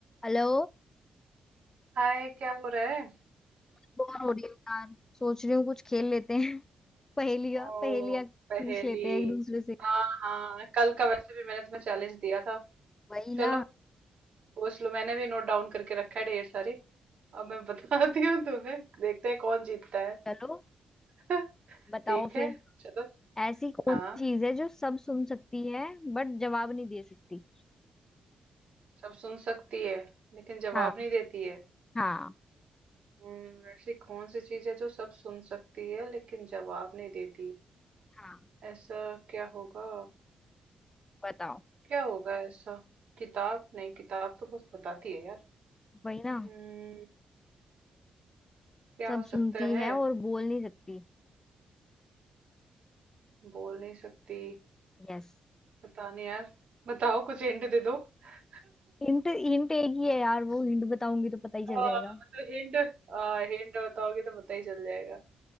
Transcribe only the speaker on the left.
Hello
Bore हो रही हूँ यार सोच रही हूँ कुछ खेल लेते हैं <laughs> पहेलियाँ
पहेलियाँ पूछ
लेते हैं एक दूसरे से
वही
ना
चलो
बताओ
फिर
ऐसी कौन
सी चीज है जो सब सुन सकती है बट जवाब नहीं दे सकती
हाँ
हाँ
हाँ
बताओ
वही ना
सब
सुनती
है और बोल नहीं सकती
यस
हिंट हिंट एक ही है यार वो हिंट बताऊंगी तो पता ही चल
जाएगा